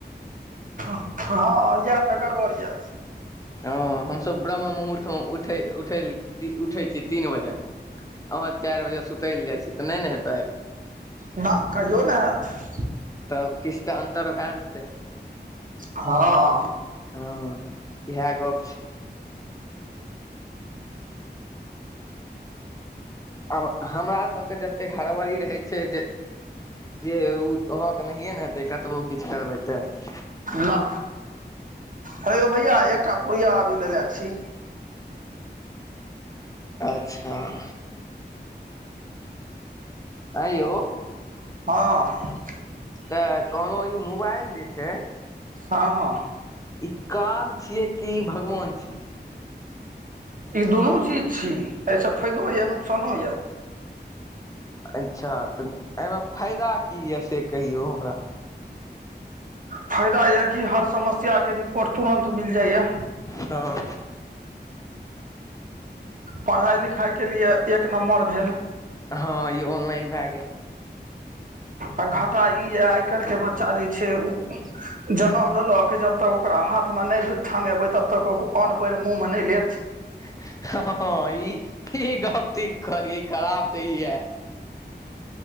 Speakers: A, on the right; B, on the left.
A: हँ इएह तऽ गड़बड़ यए।
B: हँ हम-सब ब्रम्ह मुहर्त में उठै -उठै ई उठै छियै तीन बजे अहाँ चारि बजे सुतै लए जाइ छियै तऽ नहि ने हेतै।
A: न कहियो नैह हैत।
B: तब किछ तऽ अन्तर भए जेतै।
A: हँ।
B: हँ इएह गप छ आब हमरा सबके जतेक हड़बड़ी रहय छैक। जे ओ अहाँके नहिये ने हेतै कतबो किछु करबै तऽ।
A: ला हे यौ भैया एकटा पुड़िया अभी लेने छी।
B: अच्छा! ऐं यौ
A: हँ।
B: तऽ कहलहुँ ई मोबाइल जे छैय
A: हँ -हँ।
B: ई काल छियै कि भगवान छी।
A: ई दुनू चीज छी, अहि से फायदो यऽ नुकसानो यऽ।
B: अच्छा तऽ अहिमे फायदा की ये से कहियौ हमरा।
A: फायदा ये कि हर समस्या के रिपोर्ट तुरन्त मिल जाय यऽ।
B: हँ।
A: पढ़ाय लिखाय के लेल एक नम्बर भेल।
B: हँ ई ऑनलाइन भय गेल।
A: आ घाटा ई ये आइ काल्हिके बच्चा जे छैय ओ जनम लेलक, जब तक ओकरा हाथ मे नहि थमेबै, तब तक ओ अन्न पानि मुँह मे नहि लेत।
B: हँ-हँ -हँ ई गप्प ठीक कहलियै खराब तऽ ई यऽ।